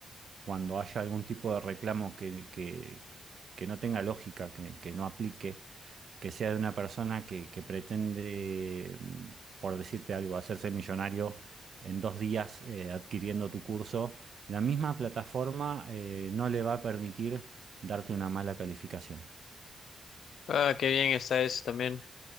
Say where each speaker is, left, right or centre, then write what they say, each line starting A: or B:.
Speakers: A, on the right (about 60°); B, on the left (about 85°).
A: cuando haya algún tipo de reclamo que, que- que no tenga lógica, que, que no aplique, que sea de una persona que, que pretende, mm, por decirte algo, hacerse millonario en dos días eh, adquiriendo tu curso, la misma plataforma eh, no le va a permitir darte una mala calificación.
B: ah, qué bien está eso también.